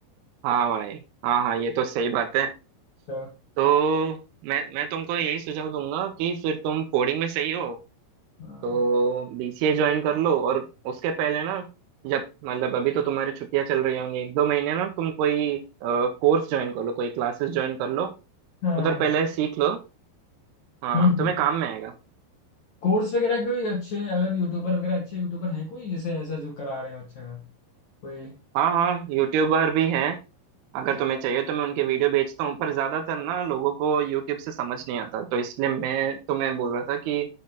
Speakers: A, on the right (about 75°); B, on the left (about 50°).
A: हाँ भाई हाँ हाँ ये तो सही बात है
B: तो
A: तो मैं मैं तुमको यही सुझाव दूंगा कि फिर तुम कोडिंग में सही हो
B: हाँ
A: तो बीसीए ज्वाइन कर लो और उसके पहले ना जब मतलब अभी तो तुम्हारी छुट्टियां चल रही होंगी एक दो महीने ना तुम कोई कोर्स ज्वाइन कर लो कोई क्लासेस ज्वाइन कर लो
B: हाँ
A: उधर
B: हाँ।
A: पहले सीख लो हाँ
B: हम्म
A: तुम्हें काम में आएगा
B: कोर्स वगैरह कोई अच्छे अगर यूट्यूबर वगैरह अच्छे यूट्यूबर हैं कोई जैसे ऐसा जो करा रहे हो अच्छा खासा? कोई
A: हाँ हाँ यूट्यूबर भी हैं अगर
B: अच्छा
A: तुम्हें चाहिए तो मैं उनके वीडियो भेजता हूँ पर ज्यादातर ना लोगों को यूट्यूब से समझ नहीं आता तो इसलिए मैं तुम्हें बोल रहा था कि